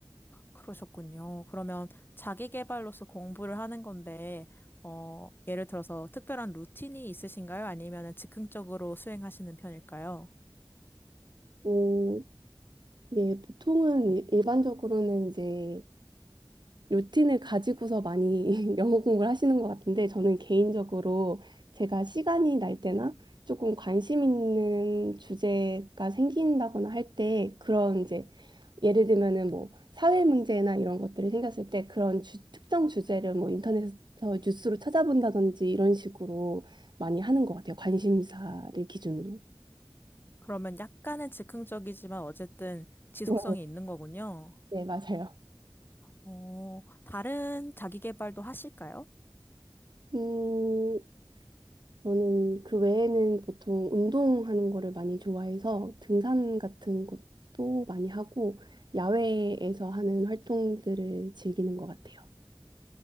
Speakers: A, on the left; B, on the right.
A: 그러셨군요. 그러면 자기 개발로서 공부를 하는 건데, 어, 예를 들어서 특별한 루틴이 있으신가요? 아니면 즉흥적으로 수행하시는 편일까요?
B: 어, 예, 보통은 일- 일반적으로는 이제 루틴을 가지고서 많이 <laughs> 영어 공부를 하시는 것 같은데 저는 개인적으로 제가 시간이 날 때나 조금 관심 있는 주제가 생긴다거나 할 때 그런 이제 예를 들면은 뭐 사회 문제나 이런 것들이 생겼을 때 그런 주, 특정 주제를 뭐 인터넷에서 뉴스로 찾아본다든지 이런 식으로 많이 하는 것 같아요. 관심사를 기준으로.
A: 그러면 약간은 즉흥적이지만 어쨌든 지속성이
B: 네,
A: 있는 거군요.
B: 네, 맞아요.
A: 어, 다른 자기 개발도 하실까요?
B: 음, 저는 그 외에는 보통 운동하는 거를 많이 좋아해서 등산 같은 것도 많이 하고 야외에서 하는 활동들을 즐기는 것 같아요.